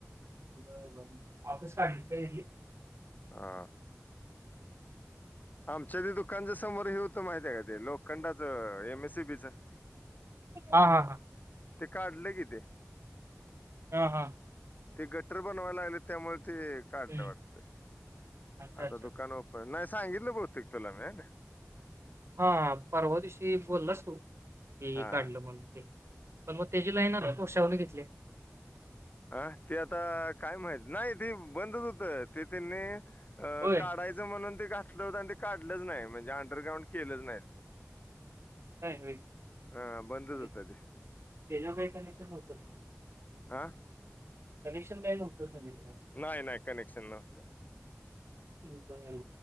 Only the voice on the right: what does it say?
बर बर मग ऑफिस काढलं काय इथली.
हा हा हा.
हा. हा.
हं.
अच्छा,
अच्छा,
अच्छा.
हा परवा दिवशी बोललास तू तेही
काढलं म्हणून ते पण मग तेची लाईन आता पशावने घेतली
होय.
का म्हणजे
त्याच्यावर
काय कनेक्शन होत काय
कनेक्शन काय न्हवत ते
ह बाय